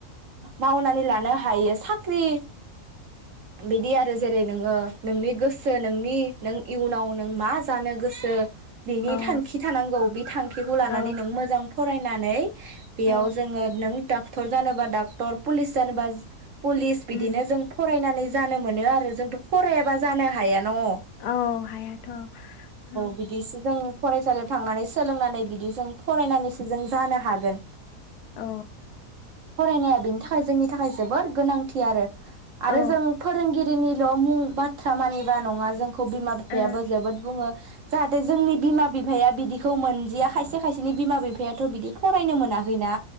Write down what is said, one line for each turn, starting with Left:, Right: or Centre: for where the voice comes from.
Right: मावनानै ला नो हायो सान ख्रि बिदि आरो जेरै नोङो नोंनि गोसो नों दि नों इयुनाव नों मा जानो गोसो बिनि
Left: औ
Right: थांखि थानांगौ बे थांखिखौ लानानै
Left: औ
Right: नों मोजां फरायनानै बेयाव
Left: औ
Right: जोङो नों दा क्टर जानोबा डाक्टर पुलिस जानोबा पुलिस बिदिनो
Left: उम
Right: जों फरायनानै जानो मोनो आरो जोंथ फरायाबा जानो हाया न
Left: औ हायाथ औ
Right: बिदिसो जों फरायसालियाव थांनानै सोलोंनानै बिदि जों फरायनानैसो जों जानो हागोन
Left: औ
Right: फरायनाया बेनि थाखाय जोंनि थाखाय जोबोर गोनांथि आरो आरो
Left: ओ
Right: जों फोरोंगिरिनि द मुं बाथ्रा मानिबा नङा जों बिमा बिफायाबो
Left: औ
Right: जोबोद बुङो जाहाथे जोंनि बिमा बिफाया बिदि बिदिखौ मोनदिया खायसे खायसेनि बिमा बिफा बिफायाथ बिदि फरायनो मोनाखैना